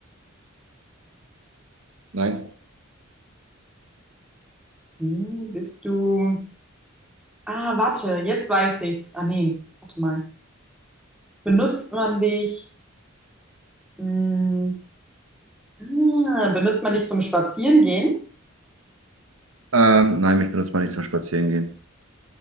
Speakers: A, on the right; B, in the centre.
A: Nein.
B: Hm, bist du, ah, warte, jetzt weiß ich's. Ah, nee, warte mal. Benutzt man dich, hm, ah, benutzt man dich zum Spazierengehen?
A: Ähm, nein, mich benutzt man nicht zum Spazierengehen.